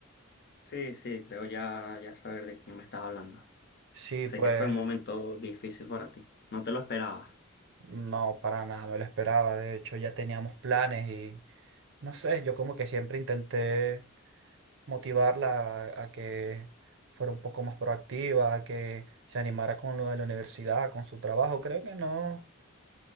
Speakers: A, on the left; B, on the right.
A: Sí, sí, creo ya, ya saber de quién me estás hablando.
B: Sí,
A: Sé
B: pues
A: que fue un momento difícil para ti. No te lo esperabas.
B: no, para nada, me lo esperaba, de hecho ya teníamos planes No sé, yo como que siempre intenté motivarla a, a que fuera un poco más proactiva, a que se animara con lo de la universidad, con su trabajo. Creo que no,